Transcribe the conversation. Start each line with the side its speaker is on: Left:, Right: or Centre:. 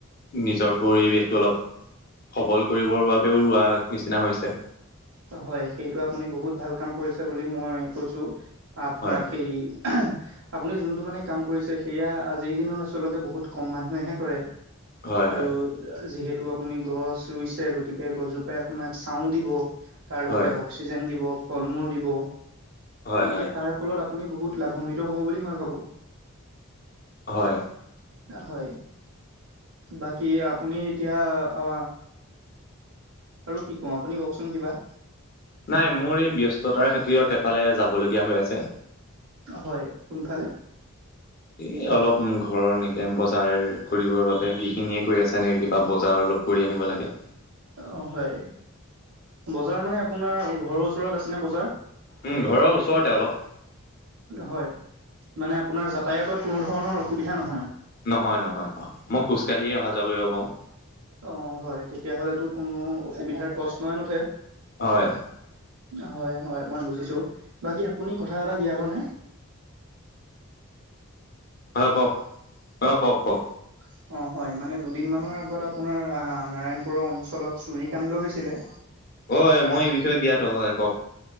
Left: নিজৰ পৰিৱেশটো অলপ সবল কৰিবৰ বাবেও ৰোৱাৰ নিচিনা হৈছে।
Right: হয় সেইটো আপুনি বহুত ভাল কাম কৰিছে বুলি মই কৈছো। আপোনাৰ
Left: হয়
Right: সেই আপুনি যোনটো মানে কাম কৰিছে সেয়া আজিৰ দিনত আচলতে বহুত কম মানুহেহে কৰে।
Left: হয়
Right: আৰু
Left: হয়
Right: যিহেতু আপুনি গছ ৰুইছে গতিকে গছজোপাই আপোনাক চাও দিব। তাৰ লগতে
Left: হয়
Right: অক্সিজেন দিব, ফল মূল দিব,
Left: হয়
Right: গতিকে
Left: হয়
Right: তাৰ ফলত আপুনি বহুত লাভম্বিত হ'ব বুলি মই ভাবোঁ।
Left: হয়।
Right: হয় বাকী আপুনি এতিয়া অ আৰু কি কওঁ? আপুনি কওকচোন কিবা।
Left: নাই মোৰ এই ব্যস্ততাৰ খাতিৰত এফালে যাবলগীয়া হৈ আছে।
Right: হয় কোনফালে?
Left: এই অলপ ঘৰৰ এনেকে বজাৰ কৰিবৰ বাবে গিহিনিয়ে কৈ আছে নেকি কিবা বজাৰ অলপ কৰি আনিব লাগে।
Right: অ হয় বজাৰ মানে আপোনাৰ ঘৰৰ ওচৰত আছেনে বজাৰ?
Left: উ ঘৰৰ ওচৰতে অলপ।
Right: হয় মানে আপোনাৰ যাতায়াতত কোনো ধৰণৰ অসুবিধা নহয়?
Left: নহয় নহয় অ মই খোজকাঢ়িয়ে অহা যোৱা কৰিব পাৰোঁ।
Right: অ হয় তেতিয়াহ'লেতো কোনো অসুবিধাৰ প্ৰশ্নই নুঠে।
Left: হয়
Right: হয় হয় মই বুজিছো। বাকী আপুনি কথা এটা জ্ঞাত নে?
Left: অঁ কওক অঁ কওক কওক।
Right: <inaudible> অঁ হয় মানে দুদিনমানৰ আগত আপোনাৰ নাৰায়ণপুৰৰ অঞ্চলত চুৰিকাণ্ড হৈছিলে।
Left: অ মই এই বিষয়ে জ্ঞাতো হয় কওক।